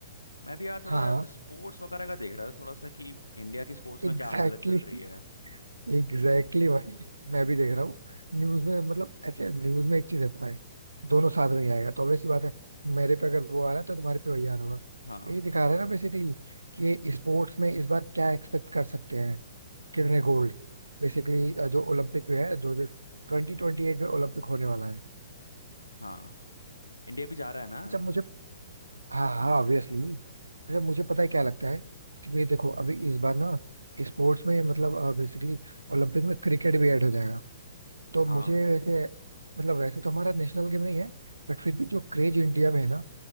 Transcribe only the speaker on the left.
मैं भी यार थोड़ा
स्पोर्ट्स वगैरह का देख रहा था थोड़ा सा कि इंडिया की स्पोर्ट्स
में क्या हालत चल रही है
हाँ
हाँ इंडिया भी जा रहा है ना
हाँ